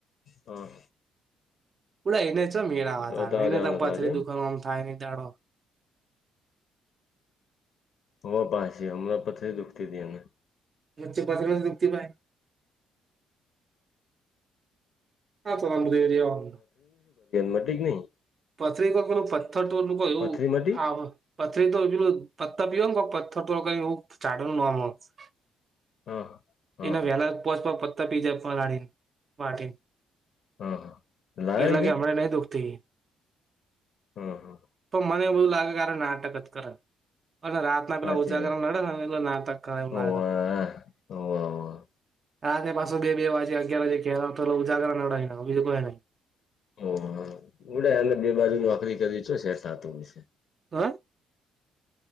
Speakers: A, on the left; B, on the right.
A: હાં
B: <unintelligible> એને ચ મેળ આવાત,
A: બતાવા
B: એને
A: જવાનો
B: તો
A: હતો
B: પથરી
A: આજે એમ
B: દુખાવામાં થાય નહીં દાડો.
A: હો પાસી હમના પથરી દુખતી તી એને.
B: વચ્ચે પથરી દુખતી માઈ હા <unintelligible>
A: <unintelligible> નહીં.
B: પથરી નોકો પથ્થર તો ઓલું કોઈ એવું
A: પથરી મટી
B: આવે. પથરી તો હજું પતા પિઓગ ને પથ્થર થોડુંક કઈ એવું <unintelligible>
A: હા. હા
B: એના
A: હા
B: વહેલા પોત પતા પીજે પલાડીને <unintelligible>
A: હા, હા. લાવી
B: એટલે
A: દે
B: કે હમને નહીં દુખતી.
A: હા હા
B: તો મને એવું લાગે કારે નાટક જ કરે, અને રાત ના પેલા
A: સાચી
B: ઉજાગરા નડે એટલે નાટક કરે <unintelligible>
A: વાત હોવે હોવે
B: આ કે પાસો બે-બે વાર સે, અગિયાર વાગે <unintelligible> ઉજાગરા નડાય ને <unintelligible>
A: ઓહ! ઉડે એટલે બે બાજુ નોકરી કરી છો સેટ થાતુ હશે.
B: <unintelligible>